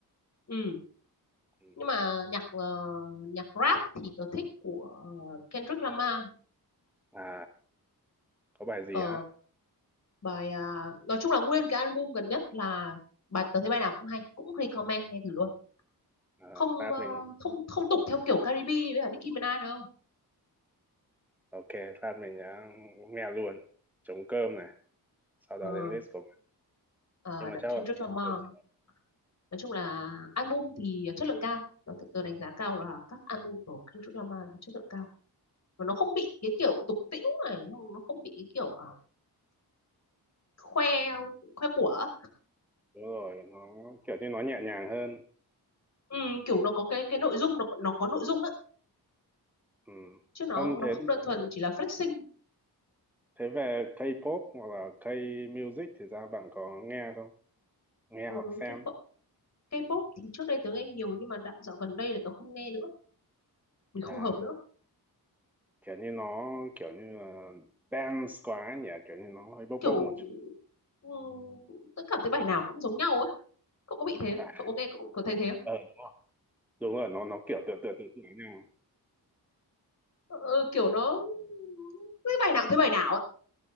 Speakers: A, on the left; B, in the centre.
A: ừ
B: ừ.
A: nhưng mà nhạc ờ, nhạc rap thì tớ thích của Kendrick Lamar
B: à có bài gì
A: Ờ,
B: hả
A: bài à, nói chung là nguyên cái album gần nhất là bài tớ thấy bài nào cũng hay cũng recommend nghe thử luôn
B: Ờ,
A: không
B: lát
A: ờ,
B: mình
A: không không tục theo kiểu Caribe với cả Nicki Minaj đâu
B: ok lát mình đã nghe luôn trống cơm này sau
A: ờ,
B: đó đến list của bạn
A: ờ,
B: nhưng mà chắc
A: Kendrick
B: là
A: Lamar
B: buổi chiều
A: nói chung là album thì chất lượng cao tớ, tớ đánh giá cao là các album của Kendrick Lamar là chất lượng cao và nó không bị cái kiểu tục tĩu này nó không bị cái kiểu à, khoe khoe của
B: đúng rồi nó kiểu như nó nhẹ nhàng hơn
A: ừ, kiểu nó có cái cái nội dung nó có- nó có nội dung á
B: ừ.
A: chứ nó
B: Vâng,
A: nó
B: thế
A: không đơn thuần chỉ là flexing
B: thế về K-pop hoặc là K-music thì ra bạn có nghe không nghe
A: ừ,
B: hoặc xem
A: cái K-pop thì trước đây tớ nghe nhiều nhưng mà đoạn dạo gần đây là tớ không nghe nữa vì không
B: à
A: hợp nữa
B: kiểu như nó kiểu như là dance quá nhỉ kiểu như nó hơi bốc
A: kiểu
B: bốc một chút
A: ừ, tớ cảm thấy bài nào cũng giống nhau á cậu có bị thế không?
B: à
A: cậu có nghe cậu có thấy thế không
B: ờ đúng rồi đúng rồi nó nó kiểu tựa tựa tựa tựa nhau
A: ờ, ờ, kiểu nó cái bài nào cũng thấy bài nào á